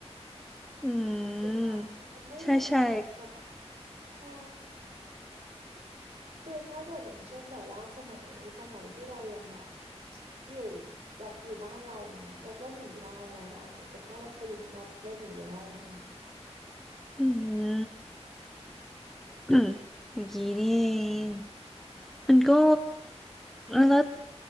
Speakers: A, in the centre; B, on the right.
A: อื
B: เก็ตอ่ะมันไม่เหมือนกับสมัย
A: มใช่ใช่
B: ใช่คือถ้าเกิดอย่างเช่นแบบว่าสมัยสมัยที่เรายังแบบอยู่แบบอยู่บ้านเราอย่างเงี้ยเราก็หนีได้อะไรได้แต่ถ้าเราไปอยู่เมืองนอกเราหนีบ่ได้แล้วไง
A: อืม <coughs> <clears throat> อย่างนี้นี่เองมันก็แล้ว